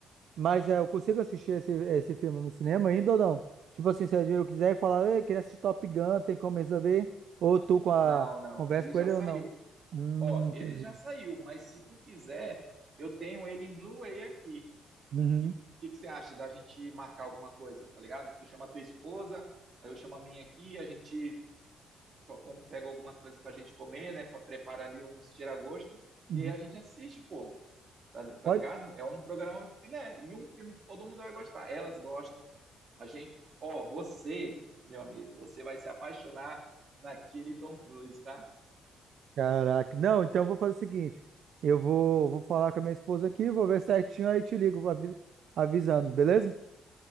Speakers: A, on the right; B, on the right.
A: Mas é, eu consigo assistir esse, esse filme no cinema ainda ou não? Tipo assim, se eu quiser e falar, eu queria assistir Top Gun, tem como resolver? Ou tu com a
B: Não, não,
A: conversa
B: ele
A: com
B: já
A: ele
B: saiu.
A: ou não? Hum,
B: Ó,
A: entendi.
B: ele já saiu, mas se tu quiser, eu tenho ele em Blu-ray aqui.
A: Uhum,
B: que, que, que você acha da gente marcar alguma coisa, tá ligado? Tu chama a tua esposa, aí eu chamo a minha aqui, a gente co- com- pega algumas coisas pra gente comer, né? pra- Prepara ali uns tira-gosto,
A: uhum.
B: e aí a gente assiste, pô, tá, tá
A: Pode?
B: ligado? É um programa filé, e um filme que todo mundo vai gostar. Elas gostam, a gente. Ó, você, meu amigo, você vai se apaixonar naquele Tom Cruise, tá?
A: Caraca. Não, então eu vou fazer o seguinte: eu vou, vou falar com a minha esposa aqui, vou ver certinho, aí te ligo avi- avisando, beleza?